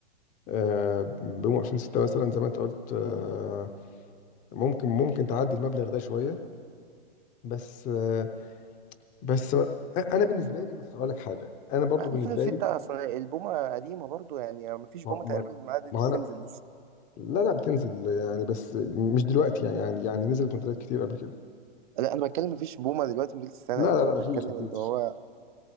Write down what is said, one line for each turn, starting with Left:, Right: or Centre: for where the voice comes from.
Left: آه، بيوم 2006 مثلا زي ما انت قلت آه، ممكن ممكن تعدي المبلغ ده شويه بس آه، بس انا بالنسبه لي بص اقول لك حاجه انا برضو
Right: ما
Left: بالنسبه
Right: 2006
Left: لي
Right: أصل البومة قديمة برضو يعني ما فيش
Left: ما
Right: بومة
Left: ما
Right: تقريبا معدت
Left: ما
Right: بتنزل
Left: هو انا
Right: لسه
Left: لا لا بتنزل يعني بس مش دلوقتي يعني يعني يعني نزلت موديلات كتير قبل كده
Right: لا أنا بتكلم ما فيش بومة دلوقتي موديل السنة
Left: لا لا
Right: يعني أنا
Left: لا
Right: بتكلم
Left: مفيش مفيش
Right: إن هو